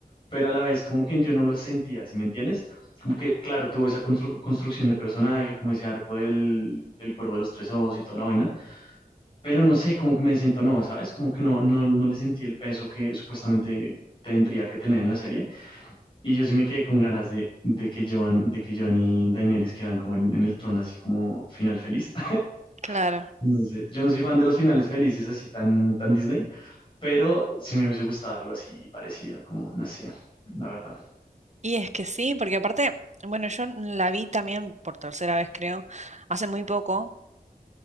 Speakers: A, on the left (about 35°); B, on the right (about 45°).
A: pero a la vez como que yo no lo sentía, ¿sí me entiendes? Como que, claro, tuvo esa constru- construcción de personaje, como ese arco del, del cuervo de los tres ojos y toda la vaina, pero no sé, como que me siento no, ¿sabes? Como que no, no, no le sentí el peso que supuestamente tendría que tener en la serie. Y yo sí me quedé con ganas de, de que John, de que John y Daenerys quedan como en, en el trono, así como final feliz. <laughs>
B: Claro.
A: No sé, yo no soy fan de los finales felices así tan, tan Disney pero sí me hubiese gustado algo así parecido, como, no sé, la verdad.
B: Y es que sí, porque aparte, bueno, yo la vi también por tercera vez creo, hace muy poco